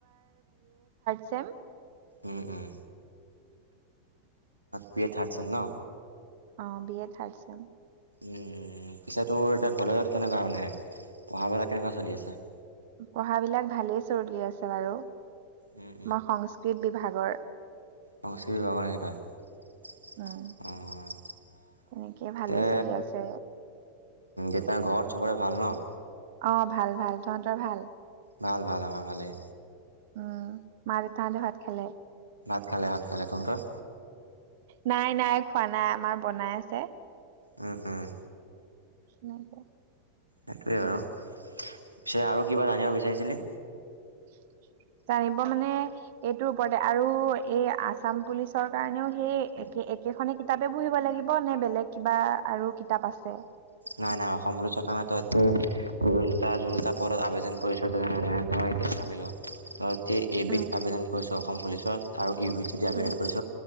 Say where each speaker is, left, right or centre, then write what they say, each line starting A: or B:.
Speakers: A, on the right; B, on the right.
A: Sem
B: um, um, B A third sem ন
A: অ B A third sem
B: um, পিছে তোৰ এতিয়া কলেজত কেনেকুৱা মানে পঢ়াবেলা কেনেকুৱা চলি আছে?
A: পঢ়া বিলাক ভালেই চৰ্লি আছে বাৰু
B: উম,
A: মই সংস্কৃত বিভাগ <unintelligible>
B: সংস্কৃতি বিভাগৰ নেকি তই?
A: উম
B: অহ।
A: তেনেকে ভালেই
B: হে
A: চলি আছে
B: দেতা ঘৰত চবৰে ভাল ন
A: অ ভাল ভাল তহঁতৰ ভাল?
B: ভাল ভাল আমাৰ ভালে।
A: উম মা দেউতাহাঁতে ভাত খালে?
B: <unintelligible> তহঁতৰ
A: নাই নাই খোৱা নাই আমাৰ বনাই আছে।
B: উম উম
A: নাই পোৱা।
B: সেইটোৱে বাৰু পিছে আৰু কিবা জানিব বিচাৰিছিলি
A: উম জানিব মানে এইটোৰ ওপৰতে আৰু এই আসাম পুলিচৰ কাৰণেও সেই একে। একেখনে কিতাপে পহিব লাগিব নে বেলেগ কিবা আৰু কিতাপ আছে।
B: নাই নাই অসম পুলিচ কাৰনে তোৰ যোনটা পত আবেদন কৰিছ তে এতিয়া ভাবিলো ত তে এবিধ
A: উম,
B: আবেদন কৰিছ অসম পুলিচত আৰু ইউবিধ যদি আবেদন
A: উম,
B: কৰিছ